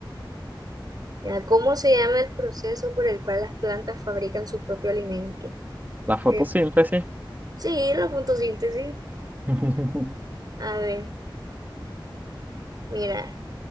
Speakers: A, on the right (about 50°); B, on the right (about 20°).
A: Ya, ¿Cómo se llama el proceso por el cual las plantas fabrican su propio alimento?
B: La fotosíntesis.
A: Eh, sí, la fotosíntesis.
B: <laughs>
A: A ver, mira.